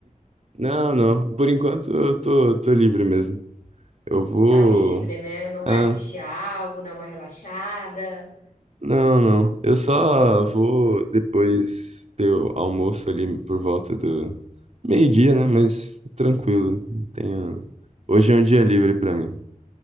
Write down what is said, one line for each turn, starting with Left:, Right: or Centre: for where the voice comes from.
Right: Não, não. Por enquanto eu tô, tô livre mesmo. Eu vou.
Left: Tá livre, né, não vai
Right: Ah,
Left: assistir algo, dar uma relaxada,
Right: não, não. Eu só vou depois ter o almoço ali por volta do meio-dia, né? Mas tranquilo. Tenho... Hoje é um dia livre pra mim.